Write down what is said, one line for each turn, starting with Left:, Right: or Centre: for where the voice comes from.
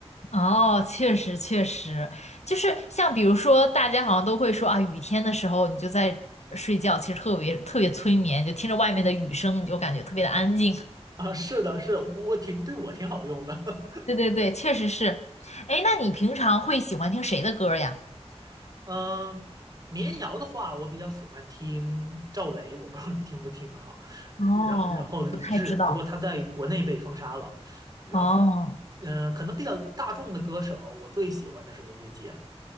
Left: 哦，确实确实，就是像比如说，大家好像都会说啊，雨天的时候你就在睡觉，其实特别特别催眠，就听着外面的雨声，你就感觉特别的安静。
Right: <laughs> 啊。是的，是的我挺对我挺好用的。
Left: 对对对，确实是。哎，那你平常会喜欢听谁的歌呀？
Right: <laughs> 嗯，民谣的话，我比较喜欢听赵雷，我不知道你听不听哈。
Left: 哦，
Right: 然后然后李志，
Left: 不太知道。
Right: 不过他在国内被封杀了。然后，
Left: 哦
Right: 嗯、可能比较大众的歌手，我最喜欢的是林俊杰。